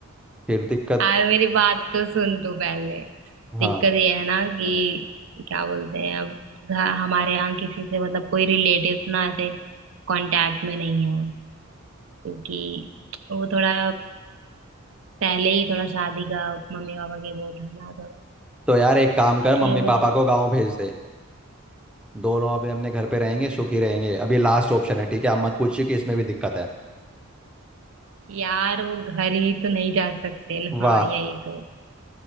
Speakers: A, in the centre; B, on the right.
A: फिर दिक्कत
B: यार मेरी बात तो सुन तू पहले
A: हाँ
B: दिक्कत ये है ना कि क्या बोलते हैं अब घ- हमारे यहाँ किसी से मतलब कोई रिलेटिव ना ऐसे कांटेक्ट में नहीं है क्योंकि वो थोड़ा पहले ही थोड़ा शादी का मम्मी पापा के वो था ना थोड़ा
A: तो यार एक काम
B: इसलिए
A: कर मम्मी
B: वो लोग
A: पापा को गाँव भेज दे दोनों अपने अपने घर पे रहेंगे सुखी रहेंगे अब ये लास्ट ऑप्शन है ठीक है आप मत पूछिए कि इसमें भी दिक्कत है
B: यार वो घर ही तो नहीं जा सकते ना
A: वाह
B: हाँ यही तो